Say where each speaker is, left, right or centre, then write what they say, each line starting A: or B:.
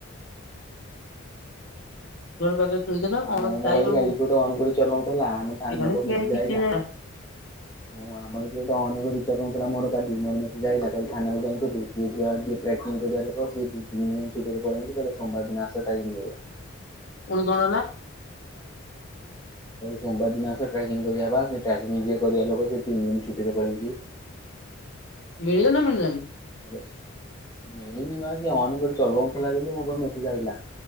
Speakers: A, on the left; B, on the left.
A: ପାଖେ ଥୋଇଥିଲା
B: ଆ
A: କଣ
B: ମୋ ମୋବାଇଲ
A: ଯାଇନ
B: କାଲି କିଏ ଗୋଟେ ଅନ୍ କରି ଚଲଉଥିଲା ଆମେ ମୋ ପାଖକୁ
A: କେଜାଣି କିଏ
B: ମେସେଜ
A: ହେଇଛି
B: ଆଇଲା।
A: କିଏ ଜ
B: <inaudible> ମୁଁ ଆମର ଏଟେ ଅନ୍ କରି ଚଲାଉୁଥିଲା ମୋ କାଲି ମୋରେ ମେସେଜ ଆଇଲା କାଲି ଥାନାକୁ ଯାଇଥିଲୁ ସିଏ ଯ ଯିଏ ଟ୍ରେକିଂ କରିବା ଲୋକ ସେ ଦି ତିନି ଦିନ ଛୁଟିରେ ପଳେଇଛି ତାହେଲେ ସୋମବାର ଦିନ ଆସି ଟାଇପିଙ୍ଗ କରିବା
A: ପୁଣି କଣ ହେଲା?
B: ସୋମବାର ଦିନ ଆସ ଟ୍ରାକିଂ କରିବା ବା ସେ ଟ୍ରକିଂ ଯିଏ କରିବା ଲୋକ ସେ ତିନି ଦିନ ଛୁଟିରେ ପଳେଇଛି।
A: ମିଳିଲା ନା ମିଳିଲାନି?
B: ବେଶୀ ମିଳିନି ମା ସିଏ ଅନ କରି ଚଲଉଥିଲା ଜେ ମୋ ପାଖୁ ମେସେଜ ଆସିଲା